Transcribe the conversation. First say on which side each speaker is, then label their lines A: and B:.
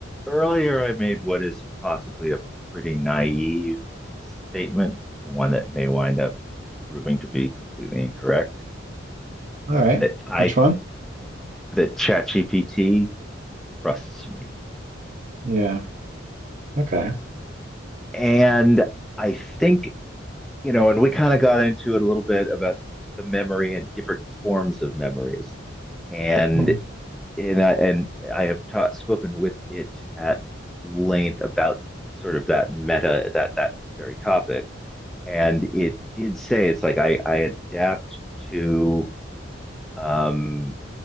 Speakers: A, in the centre; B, on the right (about 40°).
A: Earlier, I made what is possibly a pretty naive statement and one that may wind up proving to be completely incorrect
B: All right.
A: that I
B: Which one?
A: that ChatGPT trusts me.
B: Yeah. Okay.
A: And I think, you know, and we kind of got into it a little bit about the memory and different forms of memories. And
B: Hmm.
A: and I, and I have taught spoken with it at length about sort of that meta that that very topic and it did say it's like I, I adapt to um,